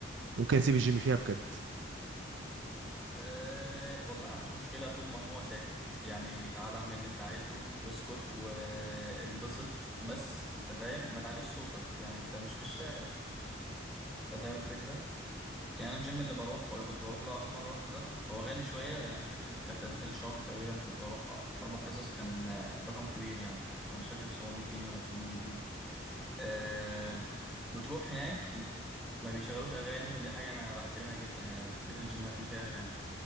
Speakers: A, on the right; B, in the centre.
A: ممكن أسيب الجيم فيها بجد
B: أه والله انا ما عنديش مشكله طول ما هو ساكت يعني تعالى اعمل اللي انت عايزه واسكت وانبسط بس انت فاهم ما تعليش صوتك يعني انت مش في الشارع انت فاهم الفكره يعني أنا الجيم اللي بروحه اللي كنت بروح له اخر مره روحته ده هو غالي شويه يعني مش فاكر كانت ال- الشهر تقريبا كنت بروح اربع حصص كان آه، برقم كبير يعني كان مش فاكر ب 700 جنيه ولا 800 جنيه آه بتروح هناك م- ما بيشغلوش اغاني ودي حاجه انا بحترمها جدا يعني ما بحبش الجيمات اللي فيها اغاني